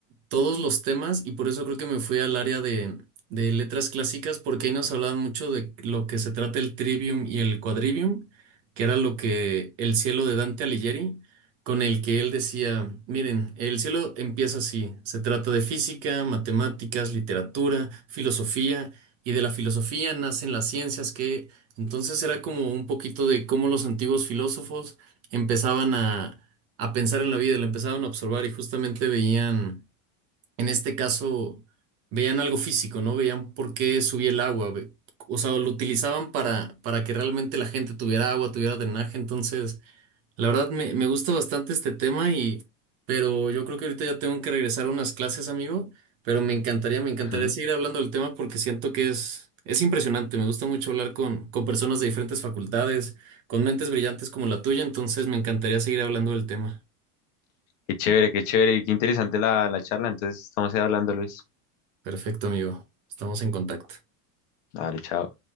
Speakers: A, on the right; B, on the left.
A: todos los temas y por eso creo que me fui al área de, de letras clásicas porque ahí nos hablaban mucho de lo que se trata el trivium y el quadrivium, que era lo que el cielo de Dante Alighieri, con el que él decía, miren, el cielo empieza así, se trata de física, matemáticas, literatura, filosofía y de la filosofía nacen las ciencias que entonces era como un poquito de cómo los antiguos filósofos empezaban a, a pensar en la vida, la empezaban a observar y justamente veían en este caso veían algo físico, ¿no? Veían por qué subía el agua. ve- O sea, lo utilizaban para, para que realmente la gente tuviera agua, tuviera drenaje. Entonces, la verdad me, me gusta bastante este tema y, pero yo creo que ahorita ya tengo que regresar a unas clases, amigo. Pero me encantaría, me encantaría
B: Ujú.
A: seguir hablando del tema porque siento que es, es impresionante. Me gusta mucho hablar con, con personas de diferentes facultades, con mentes brillantes como la tuya. Entonces, me encantaría seguir hablando del tema.
B: Qué chévere, qué chévere y qué interesante la, la charla. Entonces estamos ahí hablando, Luis.
A: Perfecto, amigo. Estamos en contacto.
B: Dale, chao.